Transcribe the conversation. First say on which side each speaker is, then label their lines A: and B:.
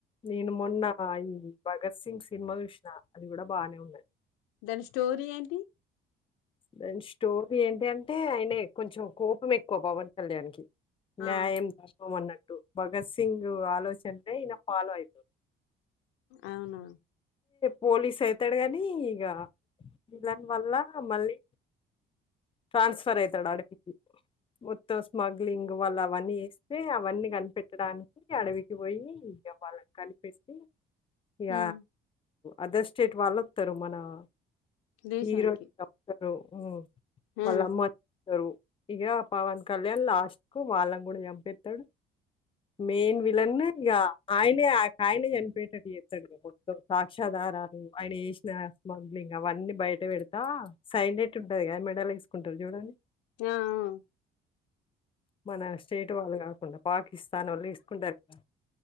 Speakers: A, on the left; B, on the left.
A: నేను మొన్న ఈ భగత్ సింగ్ సినిమా చూసిన అది కూడా బానే ఉన్నది
B: దాని స్టోరీ ఏంటి
A: దాని స్టోరీ ఏంటింటే అయనే కొంచెం కోపం ఎక్కువ పవన్ కళ్యాణ్ కి
B: ఆ
A: నాయం కోసం అన్నట్టు భగత్ సింగ్ ఆలోచనలే ఇయన ఫాలో అయి
B: అవునా
A: పోలీస్ అయితాడు కాని ఇగ ఐలన్ వల్ల మళ్ళీ ట్రాన్స్ఫర్ అయితడు ఆడవికి మొత్తం స్మగ్లింగ్ వాళ్ళ అవన్నీ చేస్తే అవన్నీ కనిపెట్టడానికి అడవికి పోయి ఇగ వాళ్ళని కనిపెట్టి ఇగ
B: ఉమ్
A: అదర్ స్టేట్ వాళ్ళు తరు మన <inaudible>
B: దేశానికి
A: హీరోయి <inaudible> మ్మ్ వాళ్ళ
B: ఆ
A: అమ్మ సరు ఇగ పవన్ కళ్యాణ్ లాస్ట్ కు వాళ్ళని గూడా చంపేత్తడు మెయిన్ విలనే ఇగ ఆయనే ఆయనే చనిపోయేటట్టు చేత్తడు మొత్తం సాక్ష్యాధారాలు ఆయన చేసిన స్మగ్ ఇంగ అవన్నీ బయట పెడతా సైనేట్ ఉంటది కదా మెడలో ఎసుకుంటారు చూడండి
B: ఆ ఆ
A: మన స్టేట్ వాళ్ళు కాకుండా పాకి స్తాన్ వోళ్ళు ఎసుకుంటారు కద